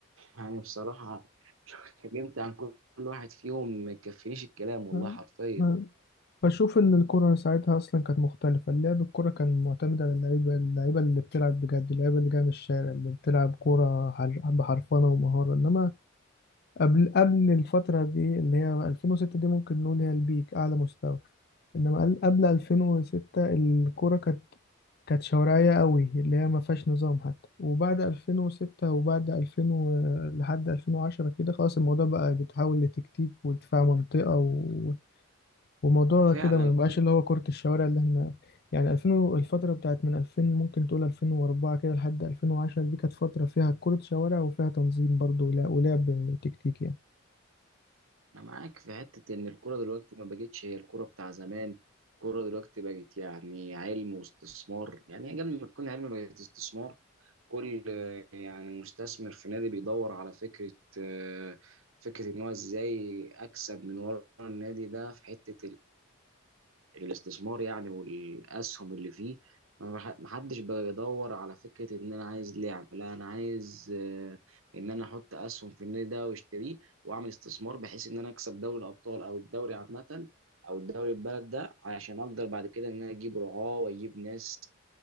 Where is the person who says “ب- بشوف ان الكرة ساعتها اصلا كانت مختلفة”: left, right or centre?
Left